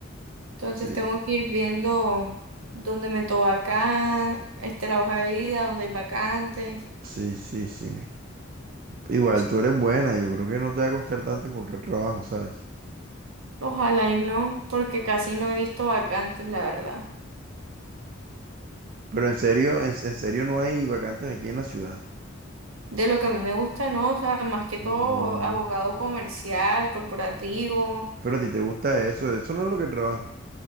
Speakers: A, on the right; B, on the right.
A: entonces
B: Sí,
A: tengo que ir viendo dónde me toca acá, este, la hoja de vida, dónde hay vacantes.
B: sí, sí, sí. Igual
A: O sea,
B: tú eres buena, yo creo que no te va a costar tanto encontrar trabajo, ¿sabes?
A: Ojalá y no, porque casi no he visto vacantes, la verdad.
B: Pero en serio, en, en serio no hay vacantes aquí en la ciudad.
A: De lo que a mí me gusta, ¿no? O sea, más que todo
B: Mm,
A: abogado comercial, corporativo.
B: pero a ti te gusta eso, eso no es lo que trabaja.